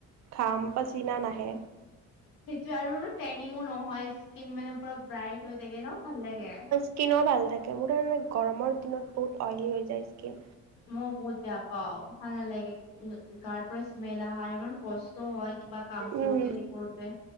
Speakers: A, on the right (about 55°); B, on the left (about 85°).
A: ঘাম পাচিনা নাহে।
B: সেইটো আৰু টেনিংও নহয় স্কিন মানে পুৰা ব্ৰাইট হৈ থাকে ন ভাল লাগে।
A: স্কীনো ভাল থাকে, মোৰ তাৰমানে গৰমৰ দিনত বহুত অইলী হৈ যায় স্কীন।
B: মই বহুত বেয়া পাওঁ। ভাল নালাগে, উম, গাৰ পৰা স্মেল আহা ইমান কষ্ট হয় কিবা কাম কৰোতে
A: উম,
B: সেই কৰোতে,